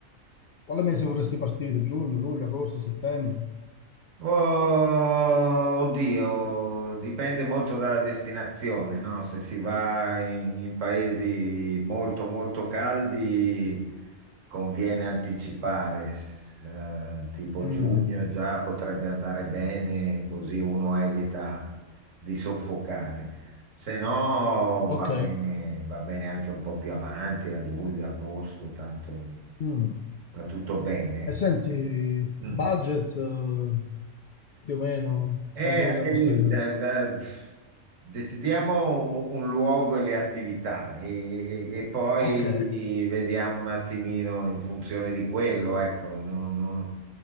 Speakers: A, on the left (about 75°); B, on the right (about 70°).
A: quale mese vorresti partire? Giugno, luglio, agosto, settembre?
B: Oh, oddio, dipende molto dalla destinazione, no? Se si va in, in paesi molto molto caldi conviene anticipare, s- eh, tipo
A: Mm,
B: giugno già potrebbe andare bene, così uno evita di soffocare. Se no
A: ok.
B: va bene, va bene anche un po' più avanti, a luglio, agosto, tanto
A: Mm.
B: va tutto bene, ecco.
A: E senti,
B: Mm.
A: budget eh, più o meno
B: Eh,
A: quanto vogliamo
B: anche lì,
A: spendere?
B: eh, eh, decidiamo un, un luogo e le attività e, e- e poi
A: Ok,
B: vediamo un attimino in funzione di quello, ecco, non- non-